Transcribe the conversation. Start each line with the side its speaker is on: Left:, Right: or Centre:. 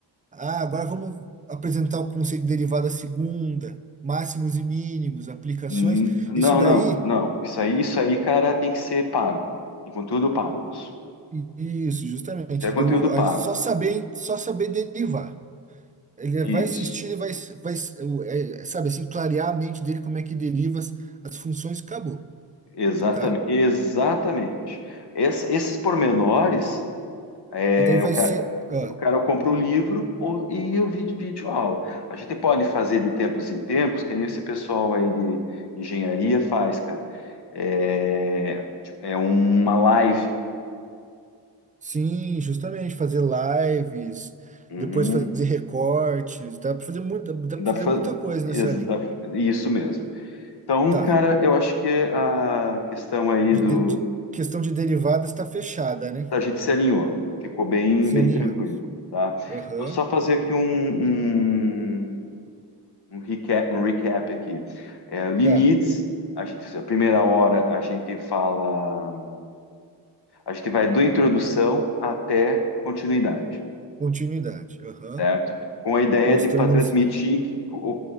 Right: ah, agora vamos apresentar o conceito de derivada segunda, máximos e mínimos, aplicações.
Left: N- Não,
Right: Isso daí,
Left: não, não. Isso aí, isso aí, cara, tem que ser pago. Tem conteúdo pago, isso.
Right: i- isso, justamente,
Left: Isso é conteúdo
Right: do,
Left: pago.
Right: a- só saber, só saber derivar. Ele
Left: Isso.
Right: vai assistir, ele vai, vai, é, sabe assim, clarear a mente dele como é que deriva as, as funções e acabou,
Left: Exatamente.
Right: tá?
Left: Exatamente. Ess- esses pormenores, é,
Right: E daí vai
Left: o cara,
Right: ser. ah,
Left: o cara compra o livro ou- e o vídeo, vídeo aula. A gente pode fazer de tempos em tempos, que nem esse pessoal aí de engenharia faz, cara. É, tipo, é uma live.
Right: sim, justamente, fazer lives,
Left: Uhum.
Right: depois fazer recortes, dá para fazer muito, dá
Left: Dá
Right: para fazer
Left: para fazer.
Right: muita coisa
Left: Ex-
Right: nessa ali.
Left: dá- Isso mesmo. Então,
Right: Tá.
Left: cara, eu acho que a questão aí
Right: De,
Left: do.
Right: de- de- questão de derivadas está fechada, né?
Left: A gente se alinhou, ficou bem,
Right: Se
Left: bem
Right: alinhamos.
Left: tranquilo, tá?
Right: Aham.
Left: Então, só fazer aqui um, um, um recap, um recap aqui. É, limites,
Right: Tá.
Left: a gente, a primeira hora a gente fala, a gente vai do introdução até continuidade.
Right: Continuidade. Aham.
Left: certo? Com a ideia
Right: Mostrando
Left: de para transmitir
Right: uns
Left: que, o,